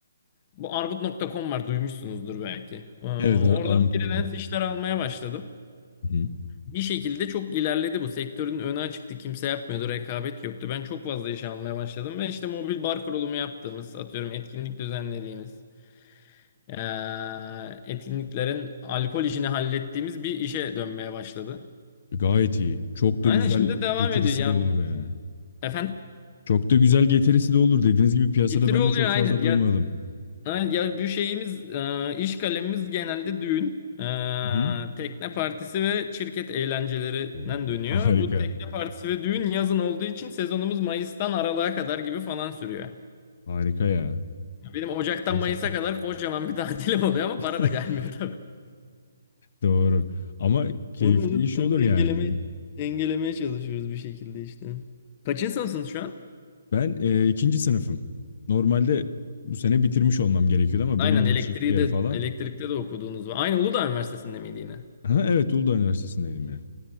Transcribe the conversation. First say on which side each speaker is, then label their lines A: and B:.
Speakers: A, on the left; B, on the left.
A: Bu Arbut.com var duymuşsunuzdur belki. Aa,
B: Evet Ar
A: oradan
B: armut
A: freelance
B: oluyor.
A: işler almaya başladım.
B: Hı hı.
A: bir şekilde çok ilerledi bu. Sektörün önü açıktı. Kimse yapmıyordu. Rekabet yoktu. Ben çok fazla iş almaya başladım. Ben işte mobil bar kurulumu yaptığımız, atıyorum etkinlik düzenlediğimiz, eee, etkinliklerin alkol işini hallettiğimiz bir işe dönmeye başladı.
B: Gayet iyi. Çok da
A: Aynen
B: güzel
A: şimdi devam
B: getirisi
A: ediyor. Ya
B: de olur yani.
A: efendim?
B: Çok da güzel getirisi de olur. Dediğiniz gibi piyasada
A: Getiri
B: ben
A: oluyor
B: de çok
A: aynen.
B: fazla duymadım.
A: Ya Ay, Ya bir şeyimiz, e, iş kalemimiz genelde düğün, e,
B: Hı hı.
A: tekne partisi ve şirket eğlencelerinden
B: Oo.
A: dönüyor.
B: Harika.
A: Bu tekne partisi ve düğün yazın olduğu için sezonumuz Mayıs'tan Aralık'a kadar gibi falan sürüyor.
B: Harika ya.
A: Benim Ocak'tan
B: Gerçekten.
A: Mayıs'a kadar kocaman bir tatilim oluyor ama
B: <laughs>
A: para da gelmiyor tabii.
B: Doğru. Ama keyifli
A: Onu onu
B: iş
A: onu
B: olur
A: dengelemeye
B: yani.
A: dengelemeye çalışıyoruz bir şekilde işte. Kaçın sınıfsınız şu an?
B: Ben e, ikinci sınıfım. Normalde bu sene bitirmiş olmam gerekiyordu ama
A: Aynen
B: bölüm değişiklikleri
A: elektriği de
B: falan.
A: elektrikte de okuduğunuz var. Aynı Uludağ Üniversitesi'nde miydi yine?
B: Ha, evet Uludağ Üniversitesi'ndeydim ya.